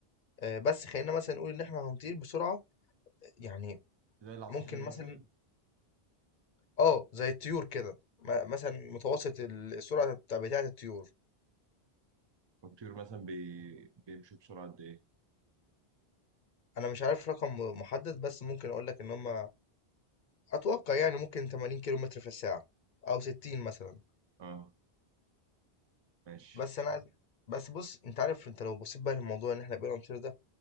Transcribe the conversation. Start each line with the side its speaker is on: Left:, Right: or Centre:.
Left: آآ بس خلّينا مثلًا نقول إن إحنا هنطير بسرعة يعني
Right: زي العصافير
Left: ممكن مثلًا
Right: مثلا
Left: آه، زي الطيور كده م مثلًا متوسط ال السرعة بت بتاعة الطيور،
Right: والطيور مثلا بي... بيمشوا بسرعه قد ايه
Left: أنا مش عارف رقم م- محدد بس ممكن أقول لك إن هم أتوقع يعني ممكن 80 كيلومتر في الساعة أو 60 مثلًا،
Right: اه ماشي
Left: بس أنا عايز بس بُص أنت عارف أنت لو بصيت بقى للموضوع إن إحنا بقينا نطير ده